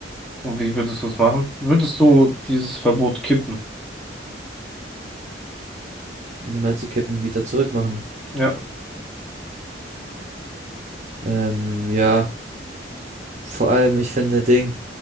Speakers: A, in the centre; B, on the right.
A: Und wie würdest du es machen? Würdest du dieses Verbot kippen?
B: Wie meinst du kippen? Wieder zurückmachen?
A: Ja.
B: Ähm, ja, vor allem, ich finde Ding,